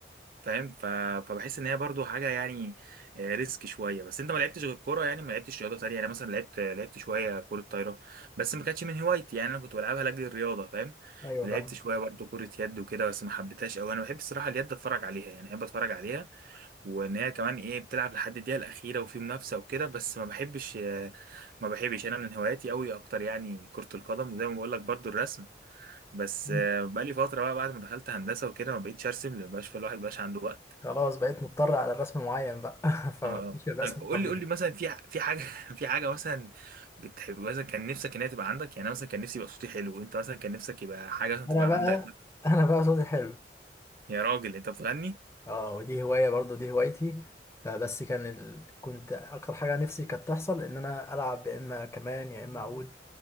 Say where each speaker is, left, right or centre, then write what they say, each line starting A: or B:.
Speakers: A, on the right (about 50°); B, on the left (about 15°).
A: فاهم ف... فبحس ان هي برضو حاجه يعني آه، ريسك شويه بس انت ما لعبتش غير كوره يعني ما لعبتش رياضه تانية يعني مثلا لعبت لعبت شويه كره طايره بس ما كانتش من هوايتي يعني انا كنت بلعبها لاجل الرياضه فاهم
B: ايوه
A: ولعبت
B: فاهم
A: شويه برضو كره يد وكده بس ما حبيتهاش قوي انا بحب الصراحه اليد اتفرج عليها يعني بحب اتفرج عليها وان هي كمان ايه بتلعب لحد الدقيقه الاخيره وفي منافسه وكده بس ما بحبش آه، ما بحبش انا من هواياتي قوي اكتر يعني كره القدم وزي ما بقول لك برضو الرسم بس
B: مم.
A: آه، بقالي فتره بقى بعد ما دخلت هندسه وكده ما بقيتش ارسم لان مبقاش الواحد مبقاش عنده وقت
B: خلاص بقيت مضطر على الرسم معين بقى <laughs> فمش
A: اه
B: الرسم
A: طب قول
B: الطبيعي
A: لي قول لي مثلا في ح- في حاجه <laughs> في حاجه مثلا بتحب مثلا كان نفسك ان هي تبقى عندك يعني أنا مثلا كان نفسي يبقى صوتي حلو وانت مثلا كان نفسك يبقى حاجه مثلا تبقى
B: انا بقى
A: عندك
B: انا بقى صوتي حلو
A: يا راجل انت بتغني
B: اه ودي هواية برضو دي هوايتي فبس كان ال... كنت اكتر حاجة نفسي كانت تحصل ان انا العب يا اما كمان يا اما عود